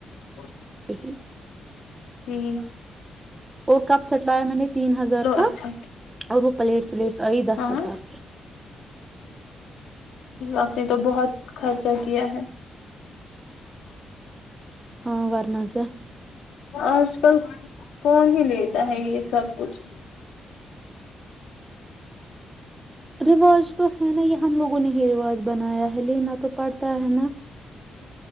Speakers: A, on the left; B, on the right.
A: اور
B: تی <unintelligible>
A: ہوں
B: اور کپ سیٹ لایا میں نے تین ہزار کا
A: اچھا
B: اور وہ پلیٹ سلیٹ آئی دس
A: ہاں
B: ہزار کے
A: آپ نے تو بہت خرچہ کیا ہے
B: ہاں وورنا کیا
A: آج کل کون ہی لیتا ہے یہ سب کچھ
B: رواج تو ہے نا یہ ہم لوگ ن ہی رواج بنایا ہے لینا تو پڑتا ہے نا